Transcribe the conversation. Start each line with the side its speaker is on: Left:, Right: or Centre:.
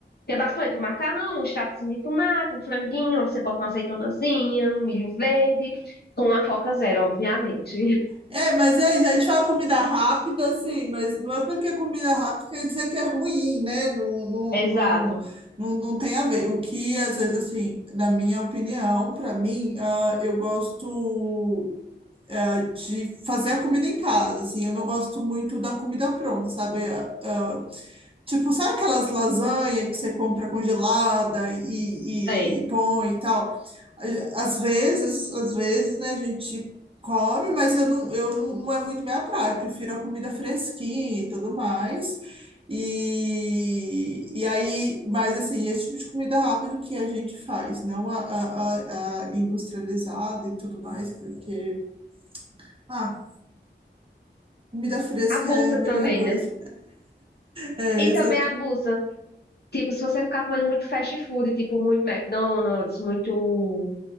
Left: Que é basicamente um macarrão, um extratozinho de tomate, um franguinho, você bota uma azeitonazinha, um milho verde, com a Coca Zero, obviamente.
Right: É, mas é isso. A gente fala comida rápida, assim, mas não é porque é comida rápida quer dizer que é ruim, né? Não, não,
Left: Exato.
Right: não, não, não tem a ver. O que, às vezes, assim, na minha opinião, para mim, ah, eu gosto. eh, de fazer a comida em casa, assim, eu não gosto muito da comida pronta, sabe? Eh, ah, tipo, sabe aquelas lasanhas que você compra congelada e,
Left: É.
Right: e, e põe e tal? Ah, Às vezes, às vezes, né, a gente come, mas eu não, eu não, não é muito minha praia, eu prefiro a comida fresquinha e tudo mais. E, e aí, mas assim, esse tipo de comida rápida que a gente faz, não a, a, a- a industrializada e tudo mais, porque, ah, Comida fresca
Left: Abusa
Right: é a melhor
Left: também,
Right: coisa.
Left: né?
Right: É, <laughs>
Left: E
Right: é,
Left: também
Right: exato.
Left: abusa. Tipo, se você ficar comendo muito fast food, tipo, muito McDonald's, muito.